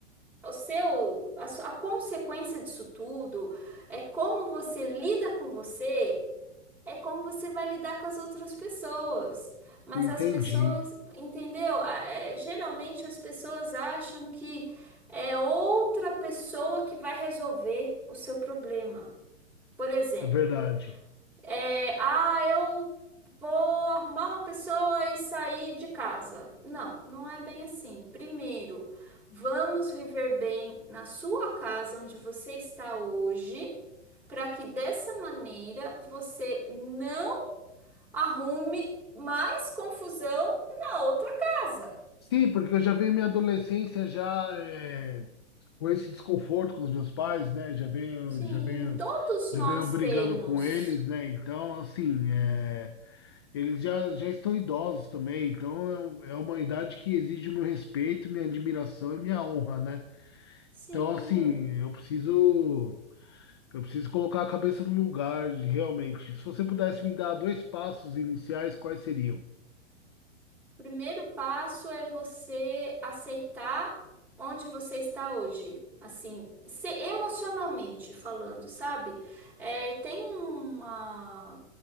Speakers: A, in the centre; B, on the left.
A: o seu a, sua- a consequência disso tudo é como você lida com você é como você vai lidar com as outras pessoas. Mas
B: Entendi,
A: as pessoas, entendeu? A- é, geralmente as pessoas acham que é outra pessoa que vai resolver o seu problema. Por exemplo,
B: é verdade.
A: é, ah, eu vou arrumar uma pessoa e sair de casa. Não, não é bem assim. Primeiro, vamos viver bem na sua casa onde você está hoje, para que dessa maneira você não arrume mais confusão na outra casa.
B: Sim, porque eu já venho minha adolescência já é, com esse desconforto com os meus pais, né? Já venho
A: Sim,
B: já venho
A: todos
B: já
A: nós
B: venho brigando
A: temos.
B: com eles, né? Então, assim, é Eles já, já estão idosos também, então é, um- é uma idade que exige meu respeito, minha admiração e minha honra, né?
A: Sim.
B: Então, assim, eu preciso, eu preciso colocar a cabeça no lugar, realmente. Se você pudesse me dar dois passos iniciais, quais seriam?
A: O primeiro passo é você aceitar onde você está hoje. Assim, se emocionalmente falando, sabe? É, tem uma,